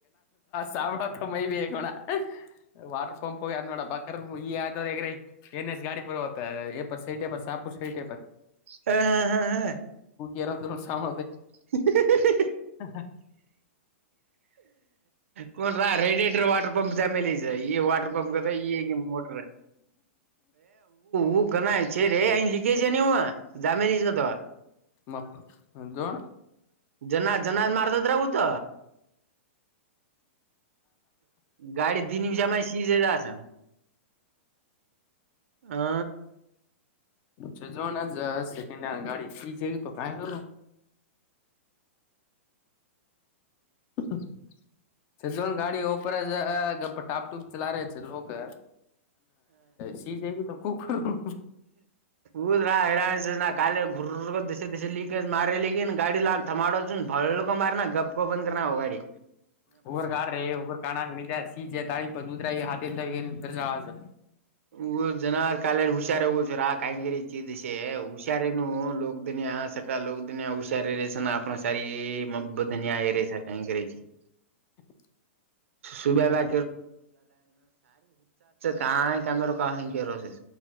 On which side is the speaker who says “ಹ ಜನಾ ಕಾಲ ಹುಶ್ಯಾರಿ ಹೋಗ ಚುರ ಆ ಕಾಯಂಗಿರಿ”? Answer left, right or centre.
Right